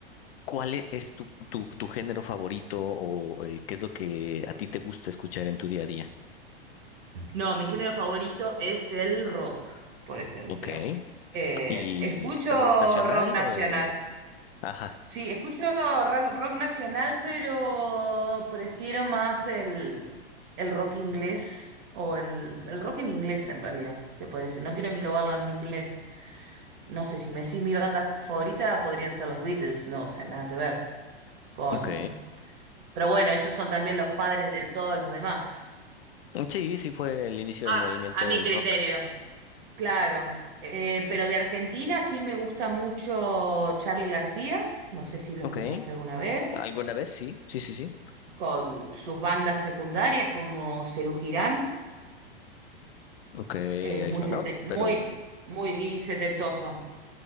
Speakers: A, on the left; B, on the right.
A: ¿cuál e- es tu, tu, tu género favorito o eh, qué es lo que a ti te gusta escuchar en tu día a día?
B: No, mi género favorito es el rock, por ejemplo.
A: Ok.
B: Eh,
A: ¿Y
B: escucho
A: rock nacional
B: rock nacional.
A: o...? Ajá.
B: Sí, escucho rock, rock nacional, pero prefiero más el, el rock inglés o el, el rock en inglés en realidad, te podría decir. No quiero englobarlo en inglés. No sé, si me decís mi banda favorita, podrían ser los Beatles. No, o sea, nada que ver con...
A: Ok.
B: Pero bueno, ellos son también los padres de todos los demás.
A: Sí, sí fue el inicio
B: A,
A: del movimiento
B: a mi
A: del
B: criterio.
A: rock.
B: Claro, eh, pero de Argentina sí me gusta mucho Charly García, no sé si lo
A: Ok.
B: escuchaste alguna vez,
A: ¿Alguna vez? Sí, sí, sí, sí.
B: con sus bandas secundarias como Serú Girán,
A: Ok, eso
B: eh, muy, sete-
A: no,
B: muy,
A: pero
B: muy setentoso.